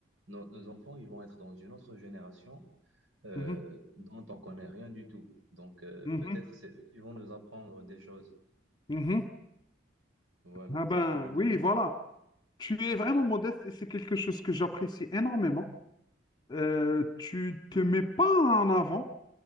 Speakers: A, on the right; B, on the left.
A: nos nos enfants, ils vont être dans une autre génération euh,
B: mhm,
A: dont on connaît rien du tout. Donc, euh,
B: mhm,
A: peut-être
B: mhm.
A: c'est eux qui vont nous apprendre des choses.
B: Mhm.
A: Voilà,
B: Ah
A: c'est
B: ben
A: ce que je pense.
B: oui, voilà. Tu es vraiment modeste et c'est quelque chose que j'apprécie énormément. Euh, tu te mets pas en avant,